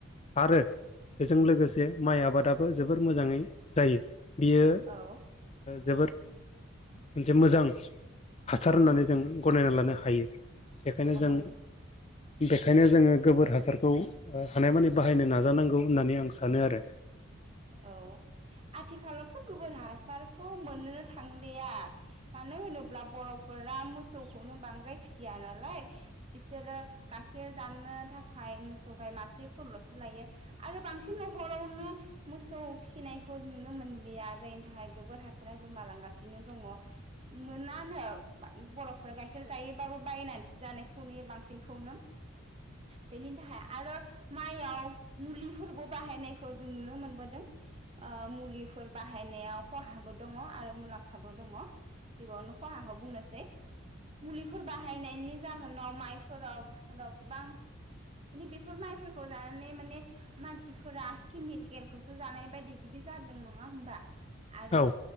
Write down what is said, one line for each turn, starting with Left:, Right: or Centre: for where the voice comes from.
Left: आरो बेजों लोगोसे माइ आबादाबो जोबोर मोजाङै जायो। बियो
Right: औ
Left: जोबोद मोनसे मोजां हासार होननानै जों गनायना लानो हायो बेखायनो
Right: बाहायो
Left: जों ओंखायनो जोङो गोबोर हासारखौ हानायमानि बाहायनो नाजानांगौ होननानै आं सानो आरो।
Right: औ आथिखालावथ' गोबोर हासारखौ मोननोनो थांलिया मानो होनोब्ला बर'फोरा मोसौखौनो बांद्राय फिसिया नालाय बिसोरो गाइखेर जानो थाखाय मोसौ गाय मासेफोरल'सो लायो आरो बांसिन न'खरावनो मोसौ फिसिनायखौ नुनो मोनलिया जायनि थाखाय गोबोर हासारा गोमालांगासिनो दङ मोनानो बर'फोरा गाइखेर जायोबाबो बायनानैसो जानायखौ नुयो बांसिनखौनो बेनि थाखाय आरो माइयाव मुलिफोरबो बाहायनायखौ जों नुनो मोनो दों मुलिफोर बाहायनायाव खहाबो दं आरो मुलाम्फाबो दं बेयावनो खहाखौ बुंनोसै मुलिफोर बाहायनायनि जाहोनाव माइफोराव गोबां बेफोर माइफोरखौ जानानै माने मानसिफोरा केन्द खौसो जानाय बायदि बिदि जादों नङा होमबा आरो
Left: औ